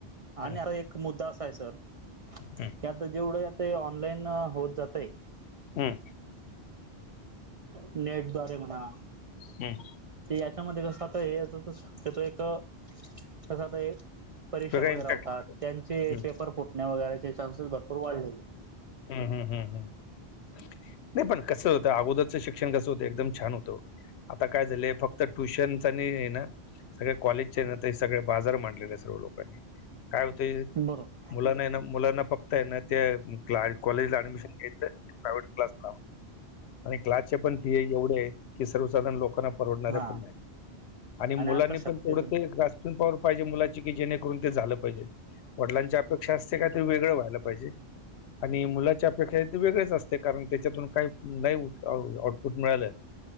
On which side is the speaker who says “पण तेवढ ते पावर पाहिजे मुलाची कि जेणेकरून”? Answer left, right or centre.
Left